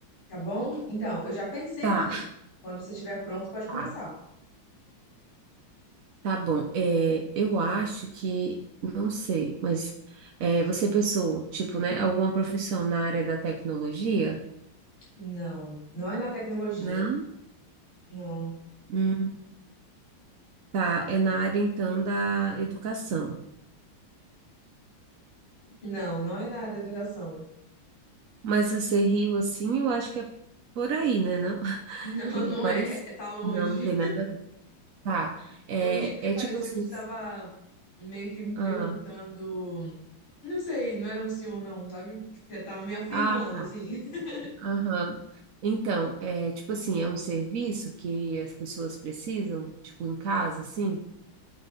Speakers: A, on the left (about 80°); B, on the right (about 65°).
A: Tá bom? Então, eu já pensei
B: Tá.
A: aqui. Quando você estiver pronto, pode
B: Tá.
A: começar.
B: Tá bom. É, eu acho que, não sei, mas é, você pensou, tipo, né, alguma profissão na área da tecnologia?
A: Não, não é na tecnologia.
B: Não?
A: Não,
B: Hum, tá, é na área então da educação.
A: não, não é na área da educação.
B: Mas você riu assim, eu acho que é por aí, né, não? <laughs>
A: Não,
B: Tipo,
A: <laughs> não
B: parece.
A: é, é, tá longe.
B: Não, não tem nada a ver. Tá, é,
A: Eu ri porque
B: é
A: pareceu
B: tipo assim.
A: que você estava meio que me
B: Ah,
A: perguntando, não sei, não era um sim ou não, sabe? Você tava me afirmando,
B: ah, tá.
A: assim. <laughs>
B: Aham. Então, é tipo assim, é um serviço que as pessoas precisam, tipo, em casa, assim?